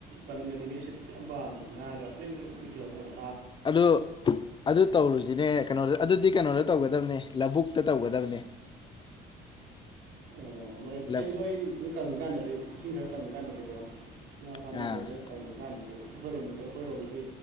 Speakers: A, on the right; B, on the left.
A: ꯄꯟꯒ ꯊꯦꯡꯉ ꯏꯁꯤꯠꯄꯗꯨ ꯌꯥꯝ ꯄꯥꯝꯃꯤ ꯉꯥꯒ ꯐ꯭ꯔꯤꯡ ꯐ꯭ꯔꯤꯡ ꯆꯣꯡꯉꯒꯀꯣ
B: ꯑꯗꯨ ꯑꯗꯨ ꯇꯧꯔꯨꯁꯤꯅꯦ ꯀꯩꯅꯣꯗ ꯑꯗꯨꯗꯤ ꯀꯩꯅꯣꯗ ꯇꯧꯒꯗ ꯕꯅꯦ ꯂꯧꯕꯨꯛꯇ ꯇꯧꯒꯗꯕꯅꯦ
A: ꯑꯣ ꯅꯣꯏ
B: ꯂꯞ
A: ꯑꯩ ꯅꯣꯏ ꯅꯣꯏ ꯀꯪ ꯀꯥꯟꯗꯗꯤ ꯏꯁꯤꯡ ꯈꯔ ꯀꯪꯀꯥꯟꯗꯗꯤꯀꯣ ꯉꯥ ꯐꯥꯅꯕꯩ
B: ꯑꯥ
A: ꯈꯔ ꯀꯪꯕ ꯀꯥꯟꯗꯗꯤ ꯑꯩꯈꯣꯏꯔꯣꯝꯗ ꯑꯩꯈꯣꯏꯔꯣꯝꯒꯤ